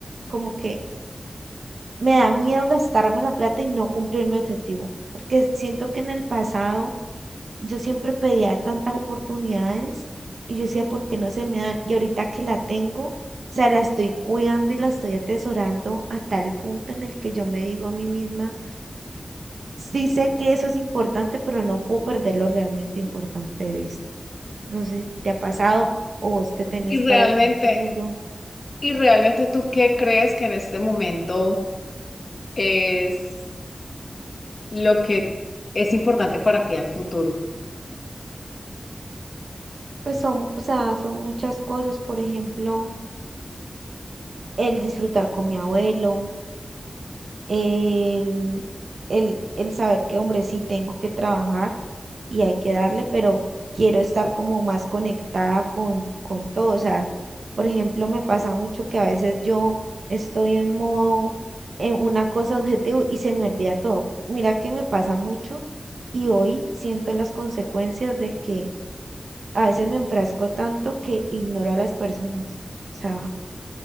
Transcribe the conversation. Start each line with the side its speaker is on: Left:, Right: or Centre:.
Right: como que me da miedo gastarme la plata y no cumplir mi objetivo, porque siento que en el pasado yo siempre pedía tantas oportunidades y yo decía, ¿por qué no se me dan? Y ahorita que la tengo, o sea, la estoy cuidando y la estoy atesorando a tal punto en el que yo me digo a mí misma, sí sé que eso es importante, pero no puedo perder lo realmente importante de vista. No sé si te ha pasado o vos qué tenés
Left: Y
Right: para
Left: realmente,
Right: el futuro.
Left: y realmente ¿tú qué crees que en este momento es lo que es importante para ti al futuro?
Right: Pues son, o sea, son muchas cosas, por ejemplo, el disfrutar con mi abuelo el, el, el saber que, hombre, sí tengo que trabajar y hay que darle, pero quiero estar como más conectada con, con todo. O sea, por ejemplo, me pasa mucho que a veces yo estoy en modo, en una cosa objetivo y se me olvida todo. Mira que me pasa mucho y hoy siento las consecuencias de que a veces me enfrasco tanto que ignoro a las personas. O sea,